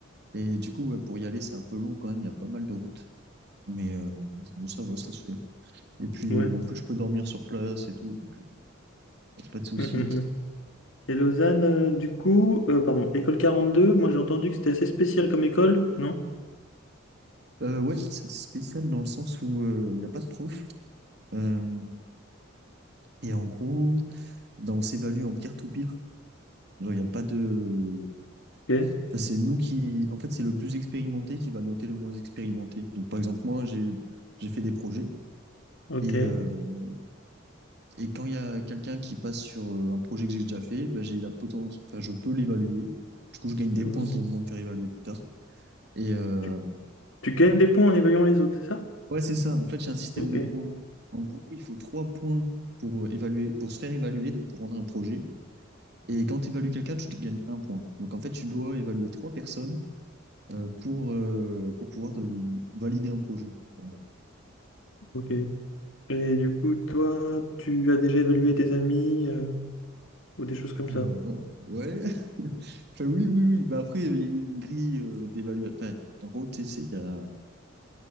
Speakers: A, on the right; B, on the left.
A: Et du coup, ouais, pour y aller, c'est un peu long quand même, il y a pas mal de routes. Mais, euh, mais ça va, ça se fait. Et puis,
B: Ouais.
A: euh, en plus, je peux dormir sur place et tout, donc euh, y a pas de souci.
B: Mm, mm, mm. Et Lausanne, euh, du coup, euh, pardon, école quarante deux moi j'ai entendu que c'était assez spécial comme école, non?
A: Euh, ouais, c'est spécial dans le sens où il n'y a pas de prof. Euh, et en gros, ben, on s'évalue en peer-to-peer. Genre, il n'y a pas de...
B: Ok,
A: Enfin, c'est nous qui... En fait, c'est le plus expérimenté qui va noter le moins expérimenté. Donc, par exemple, moi, j'ai j'ai fait des projets.
B: ok.
A: Et, euh, et quand il y a quelqu'un qui passe sur euh, un projet que j'ai déjà fait, ben, j'ai la potence... enfin, je peux l'évaluer. Du coup, je gagne des
B: Ouais.
A: points pour moi me faire évaluer plus tard. Et euh,
B: Tu, tu gagnes des points en évaluant les autres, c'est ça?
A: ouais, c'est ça. En fait, j'ai un système
B: Ok,
A: de points. En gros, il faut trois points pour euh, évaluer, pour se faire évaluer, donc pour rendre un projet. Et quand tu évalues quelqu'un, tu gagnes un point. Donc en fait, tu dois évaluer trois personnes euh, pour, euh, pour pouvoir te valider un projet. en gros.
B: ok. Et du coup, toi, tu as déjà évalué tes amis euh, ou des choses comme
A: Ah,
B: ça?
A: ouais, ouais. ouais. <laughs> Enfin, oui, oui, oui. Bah, après, il y a une grille euh, d'évaluation. Enfin, en gros, tu sais, c'est- il y a,